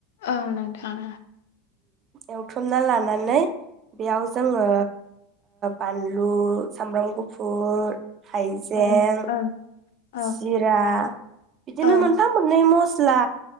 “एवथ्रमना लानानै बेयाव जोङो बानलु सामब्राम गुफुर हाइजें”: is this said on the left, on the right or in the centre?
Right